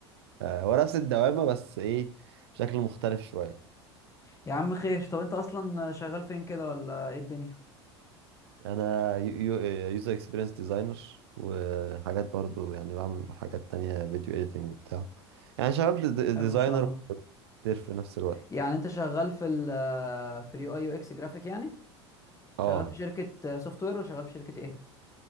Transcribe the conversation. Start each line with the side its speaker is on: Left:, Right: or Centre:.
Right: آه، هو نفس الدوامه بس ايه بشكل مختلف شويه
Left: يا عم خير طب انت اصلا شغال فين كده ولا ايه الدنيا
Right: انا يوزر اكسبيرينس ديزاينر وحاجات برضو يعني بعمل حاجات تانية فيديو اديتنج وبتاع يعني شغال ديزاينر
Left: حلو ما شاء الله
Right: كتير في نفس الوقت
Left: يعني انت شغال في ال في اليو اي يو اكس جرافيك يعني
Right: اه
Left: شغال في شركه سوفت وير ولا شغال في شركه ايه